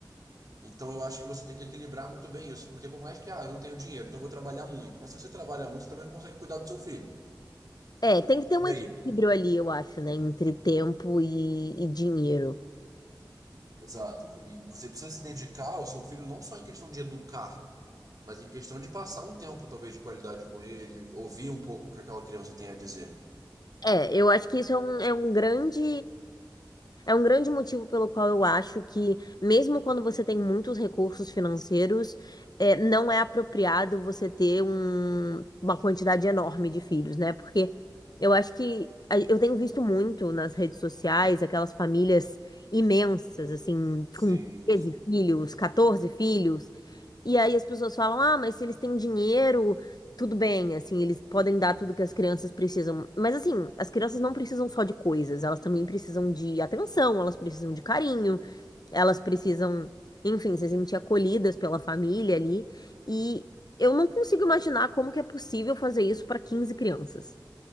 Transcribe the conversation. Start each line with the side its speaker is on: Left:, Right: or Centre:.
Right: Então eu acho que você tem que equilibrar muito bem isso, porque por mais que, ah, eu não tenho dinheiro, então eu vou trabalhar muito. Mas se você trabalha muito, você também não consegue cuidar do seu filho.
Left: É, tem que ter um
Right: E
Left: equilíbrio
Right: aí?
Left: ali, eu acho, né, entre tempo e, e dinheiro.
Right: Exato. E você precisa se dedicar ao seu filho não só em questão de educar, mas em questão de passar um tempo, talvez, de qualidade com ele, ouvir um pouco o que aquela criança tem a dizer.
Left: É, eu acho que isso é um, é um grande. É um grande motivo pelo qual eu acho que, mesmo quando você tem muitos recursos financeiros, é, não é apropriado você ter um- uma quantidade enorme de filhos, né? Porque eu acho que a- eu tenho visto muito nas redes sociais aquelas famílias imensas, assim,
Right: Sim,
Left: com 13
Right: sim.
Left: filhos, 14 filhos. E aí as pessoas falam: ah, mas se eles têm dinheiro, tudo bem, assim, eles podem dar tudo que as crianças precisam. Mas assim, as crianças não precisam só de coisas, elas também precisam de atenção, elas precisam de carinho, elas precisam, enfim, se sentir acolhidas pela família ali. E eu não consigo imaginar como que é possível fazer isso para quinze crianças.